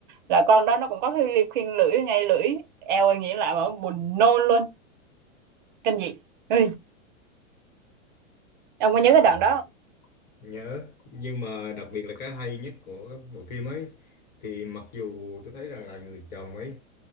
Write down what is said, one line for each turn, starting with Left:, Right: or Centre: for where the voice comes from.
Right: là con đó nó cũng có cái ly khuyên lưỡi ngay lưỡi eo ơi nghĩ lại mà buồn nôn luôn kinh dị ừ, ông có
Left: À
Right: nhớ cái đoạn đó
Left: nhớ, nhưng mà đặc biệt là cái hay nhất của bộ phim ấy thì mặc dù tôi thấy rằng là người chồng ấy